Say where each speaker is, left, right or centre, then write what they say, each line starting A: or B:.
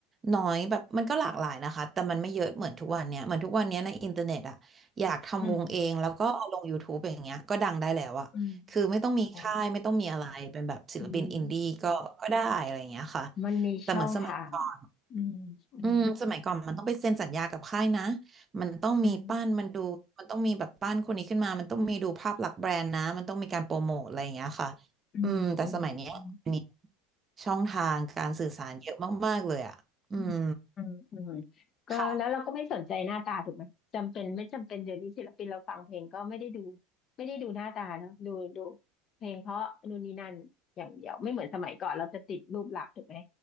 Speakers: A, on the right (about 30°); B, on the left (about 45°).
A: น้อยแบบมันก็หลากหลายนะคะแต่มันไม่เยอะเหมือนทุกวันเนี้ยเหมือนทุกวันเนี้ยในอินเทอร์เน็ตอ่ะอยากทำวงเองแล้วก็เอาลง
B: อืม
A: YouTube อย่างเงี้ยก็ดังได้แล้วอ่ะคือไม่ต้องมีค่ายไม่ต้องมีอะไรเป็นแบบศิลปินอินดี้ก็ก็ได้อะไรอย่างเงี้ยค่ะ
B: อืมอ๋ออืม มันมีช่องทาง
A: แต่เหมือนสมัยก่อน
B: อืมอืม
A: อืมสมัยก่อนมันต้องไปเซ็นสัญญากับค่ายนะมันต้องมีป้านมันดูมันต้องมีแบบป้านคนนี้ขึ้นมามันต้องมีดูภาพลักษณ์แบรนด์นะมันต้องมีการโปรโมทอะไรอย่างเงี้ยค่ะ
B: อืมอืมอืมอืม
A: อืมแต่สมัยเนี้ยอันนี้ช่องทางการสื่อสารเยอะมากๆเลยอ่ะอืม
B: อืมอืมอืมอืมก็แล้วเราก็ไม่สนใจหน้าตาถูกไหมจำเป็นไม่จำเป็นเดี๋ยวนี้ศิลปินเราฟังเพลงก็ไม่ได้ดู
A: ค่ะ
B: ไม่ได้ดูหน้าตาเนอะดูดูเพลงเพราะนู่นนี่นั่นอย่างเดียวไม่เหมือนสมัยก่อนเราจะติดรูปลักษณ์ถูกไหม